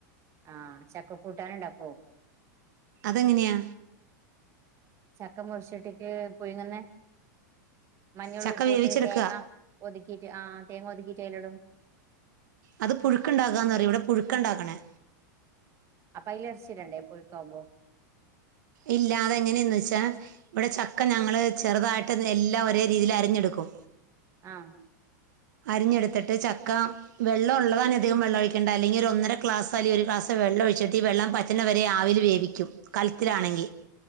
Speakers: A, on the right; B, on the right.
A: ആഹ് ചക്ക കൂട്ടാന് ഇണ്ടാക്കോ
B: അതെങ്ങനെയാ
A: ചക്കം മുറിച്ചിട്ടിട്ട് പുഴങ്ങുന്നെ മഞ്ഞളു
B: ചക്ക
A: ഉപ്പ്
B: വേവിച്ചെടുക്കുക
A: ഇട്ട് തേങ്ങ ഒതുക്കീട്ട് ആഹ് തേങ്ങ ഒതുക്കീട്ട് അയിലിടും.
B: അത് പുഴുക്ക്ണ്ടാകാന്നറിയുംഇവിടെ പുഴക്കണ്ടാക്കണേ
A: അപ്പ അയി എർച്ചിടണ്ടേ പഴക്കാവുമ്പോ.
B: ഇല്ലാ അതെങ്ങനെയെന്ന് വെച്ചാ ഇവിടെ ചക്ക ഞങ്ങള് ചെറുതായിട്ട് എല്ലാ ഒരേ രീതിയിൽ അരിഞ്ഞെടുക്കും
A: ആഹ്
B: അരിഞ്ഞെടുത്തിട്ട് ചക്ക വെള്ളഉള്ളതാണങ്കി അധികം വെള്ള ഒഴിക്കണ്ട അല്ലെങ്കി ഒന്നര ക്ലാസ് അല്ലങ്കി ഒരു ക്ലാസ് വെള്ള ഒഴിച്ചിട്ട് ഈ വെള്ളം പ റ്റ്ണെ വരെ ആവില് വേവിക്കും കലത്തിലാണെങ്കി